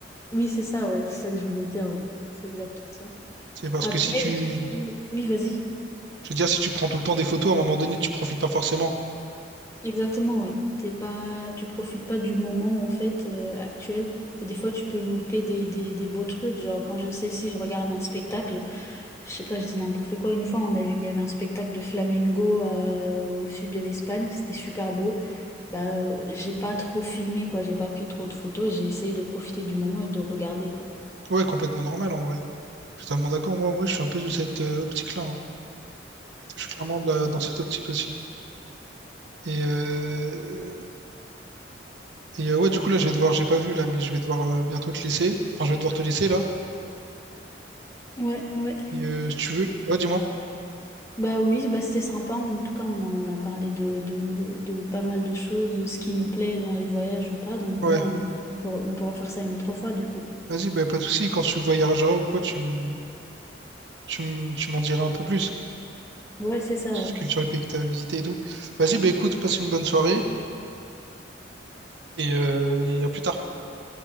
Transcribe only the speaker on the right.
C'est parce
que si tu,
Je veux dire, si tu prends tout le temps des photos, à un moment donné, tu profites pas forcément.
Ouais, complètement normal en vrai. Je suis totalement d'accord. Moi, en vrai, je suis un peu de cette euh, optique-là. hein. Je suis clairement de la- dans cette optique aussi. Et, euh, et euh, ouais, du coup, là, je vais devoir, j'ai pas vu là, mais je vais devoir euh, bientôt te laisser. Enfin, je vais devoir te laisser là.
Et, euh, si tu veux. Ouais, dis-moi.
Ouais.
Vas-y, bah, pas de souci. Quand tu voyageras ou quoi, tu me Tu, m- tu m'en diras un peu plus
sur
ce que- sur les pays que tu as visités et tout. Vas-y, bah écoute, passe une bonne soirée et, euh, et à plus tard.